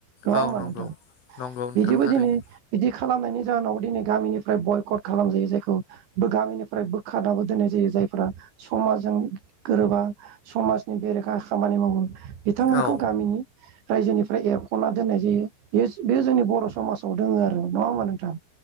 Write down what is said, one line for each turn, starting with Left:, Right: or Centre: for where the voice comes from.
Right: नङा होमबा
Left: औ नंगौ
Right: नोंथां
Left: नंगौ नोंथां
Right: बिदिबो
Left: थारैनो
Right: दिनै बिदि खालामनायनि जाहोनावबो दिनै गामिनिफ्राय बयकट खालाम जायो जायखौ गामिनिफ्राय बोखारनाबो दोननाय जायो जायफोरा समाजजों गोरोबा समाजनि बेरेखा खामानि मावो बिथांमोनखौ
Left: औ
Right: गामिनि रायजोनिफ्राय एरखना दोननाय जायो बेयोस बेयो जोंनि बर समाजाव दोङो आरो नङा होनबा नों थां